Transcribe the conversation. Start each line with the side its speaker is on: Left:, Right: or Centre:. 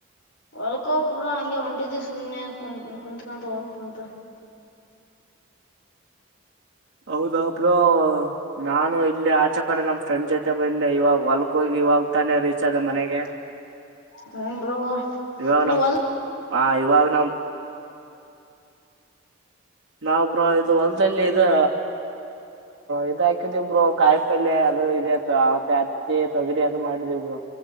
Left: ಹೊಲ್ಕೋಗಕ್ಬ್ರ ಹಂಗೆ ಹೊಂಟಿದಿ ಸುಮ್ನೆ ಕುತ್ ಕುತ್ಕಂತ ಹೊಲ್ತ ಕುಂತ
Right: ಹೌದಾ ಬ್ರೋ ನಾನು ಇಲ್ಲಿ ಆಚೆ ಕಡೆ ನಮ್ ಫ್ರೆಂಡ್ ಜೊತೆ ಬಂದೆ ಇವಾಗ ಹೊಲ್ಕ್ ಹೋಗಿ ಇವಾಗ್ ತಾನೆ ರೀಚ್ ಆದದೆ ಮನೆಗೆ
Left: ಹೂ ಬ್ರೋ
Right: ಇವಾಗ
Left: ನೀವು
Right: ನಮ್
Left: ಹೊಲಕ್ಕೆ
Right: ಆ ಇವಾಗ ನಮ್ ನಾವ ಬ್ರೋ ಇದು ಅ ತೋಟದಲ್ಲಿ ಇದು ಇದ ಹಾಕಿದ ಇಬ್ರು ಕಾಯಿ ಪಲೆ ಅದು ತ್ತೆ ಅತ್ತೆ ತೊಗರಿ ಅಂತ ಮಾಡಿದಬ್ರು